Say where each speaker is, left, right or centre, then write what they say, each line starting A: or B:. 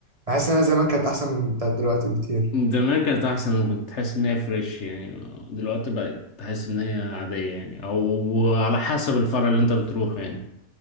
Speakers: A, on the right; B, on the left.
A: بحس انها زمان كانت احسن من بتاعت دلوقتي بكتير
B: زمان كانت احسن كنت تحس ان هي فريش يعني دلوقتي بقت تحس ان هي عادية يعني او على حسب الفرع اللي انت بتروحه يعني